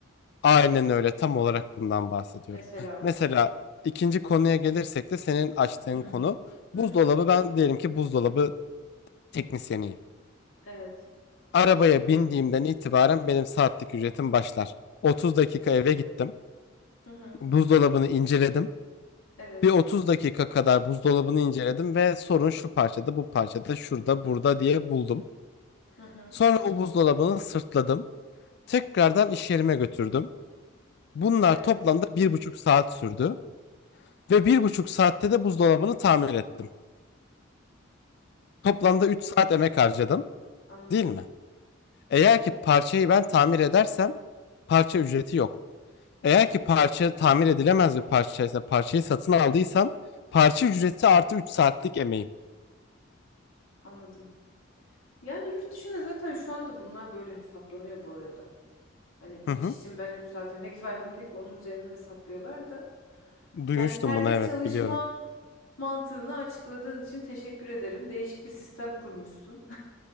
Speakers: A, on the left; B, on the left.
A: aynen öyle tam olarak bundan bahsediyorum.
B: Mesela.
A: Mesela ikinci konuya gelirsek de senin açtığın
B: <clears throat>
A: konu buzdolabı
B: Hı hı.
A: ben diyelim ki buzdolabı teknisyeniyim.
B: Evet.
A: Arabaya bindiğimden itibaren benim saatlik ücretim başlar. 30 dakika eve gittim.
B: Hı hı.
A: Buzdolabını inceledim.
B: Evet.
A: Bir 30 dakika kadar buzdolabını inceledim ve sorun şu parçada, bu parçada, şurada, burada diye buldum.
B: Hı hı.
A: Sonra o buzdolabını sırtladım. Tekrardan iş yerime götürdüm. Bunlar
B: Evet.
A: toplamda bir buçuk saat sürdü. Ve bir buçuk saatte de buzdolabını tamir ettim. Toplamda
B: Anladım.
A: 3 saat emek harcadım,
B: Anladım.
A: değil mi? Eğer
B: Anladım.
A: ki parçayı ben tamir edersem parça ücreti yok. Eğer ki parça tamir edilemez bir parçaysa parçayı satın aldıysam parça ücreti artı 3 saatlik emeğim.
B: Anladım. Yani yurt dışında zaten şu anda bunlar böyle hesaplanıyor bu arada. Hani bu
A: Hı hı.
B: iş için ben 3 saat emek <laughs> verdim deyip onun üzerinden hesaplıyorlar da.
A: Duymuştum
B: Yani serbest
A: bunu evet
B: çalışma
A: biliyorum.
B: mantığını açıkladığın için teşekkür ederim. Değişik bir sistem kurmuşsun.